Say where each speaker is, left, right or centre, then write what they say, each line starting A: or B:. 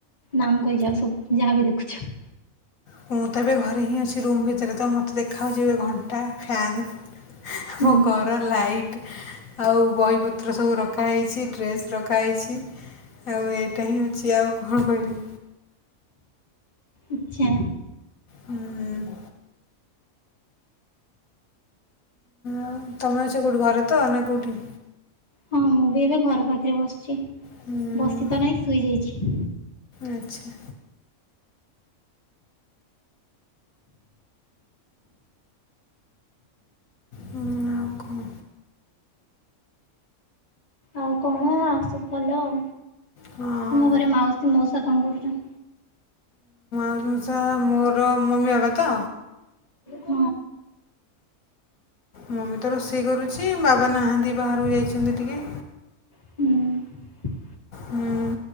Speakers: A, on the left; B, on the left.
A: ନାମ କହିଯାଉ ସବୁ ଯାହାବି ଦେଖୁଛୁ?
B: ମୁଁ ତ ଏବେ ଘରେ ହିଁ ଅଛି ରୁମ୍ ଭିତରେ ତ ମୋତେ ଦେଖାହେଉଛି ଏବେ ଘଣ୍ଟା ଫ୍ୟାନ୍। ମୋ
A: ହୁଁ
B: ଘର ଲାଇଟ୍। ଆଉ ବହିପତ୍ର ସବୁ ରଖାହେଇଛି ଡ୍ରେସ୍ ରଖାହେଇଛି। ଆଉ ଏଇଟା ହିଁ ଅଛି ଆଉ କଣ କହିବି?
A: ଆଛା।
B: ହୁଁ ଆଉ ତମେ ଅଛ କୋଉଠି ଘରେ ତ ନା କୋଉଠି?
A: ହଁ ମୁଁ ବି ଏବେ ଘର ପାଖରେ ବସିଛି
B: ହୁଁ
A: ବସି ତ ନାହିଁ ଶୋଇଯାଇଛି।
B: ଆଚ୍ଛା। ହଁ ଆଉ କ?
A: ଆଉ କଣ ସବୁ ଭଲ ଆଉ
B: ହଁ
A: ତୁମ ଘରେ ମାଉସୀ ମଉସା କଣ କରୁଛନ୍ତି?
B: ମଉସା ମୋର ମମି ବାବା ତ?
A: ହ
B: ମମି ତ ରୋଷେଇ କରୁଛି ବାବା ନାହାନ୍ତି ବାହାରକୁ ଯାଇଛନ୍ତି ଟିକେ
A: ହୁଁ।
B: ହୁଁ।